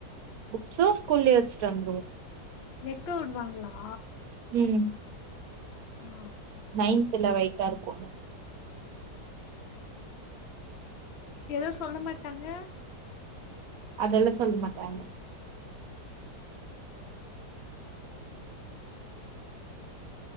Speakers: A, on the right; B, on the left.
A: புக்ஸு ஸ்கூல்லயே வச்சுட்டு வந்துருவோ
B: வெக்க விடுவாங்ளா
A: ம்
B: ஆ
A: நைன்த்ல வெயிட்டா இருக்கூ
B: எதோ சொல்ல மாட்டாங்க
A: அதெல்லா சொல்ல மாட்டாங்க